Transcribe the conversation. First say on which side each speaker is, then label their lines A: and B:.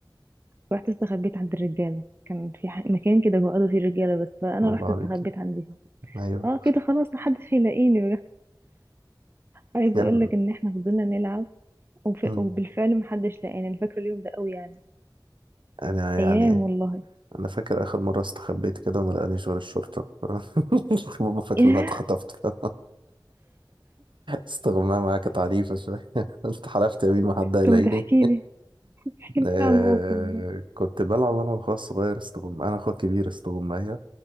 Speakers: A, on the right; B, on the right.
A: رحت استخبيت عند الرجالة كان في ح- مكان كده بيقعدوا فيه رجالة بس فأنا
B: الله
A: رحت
B: عليك
A: استخبيت عندهم
B: ايوه
A: اه كده خلاص محدش هيلاقيني عايزه
B: يعني
A: اقول لك ان احنا فضلنا نلعب وف...
B: مم.
A: وبالفعل محدش لقانا انا فاكره اليوم ده قوي يعني
B: انا
A: ايام
B: يعني
A: والله
B: انا فاكر اخر مره استخبيت كده وما لقانيش غير الشرطه <laughs> بابا فاكر
A: <laughs> ياه
B: ان انا اتخطفت <laughs> استغمام معايا كانت عنيفه شويه <laughs> قلت حلفت يمين ما حد هيلاقيني
A: طب ما تحكي لي احكي لي
B: آه
A: عن الموقف ده
B: كنت بلعب انا واخويا الصغير استغم انا اخويا الكبير استغمايه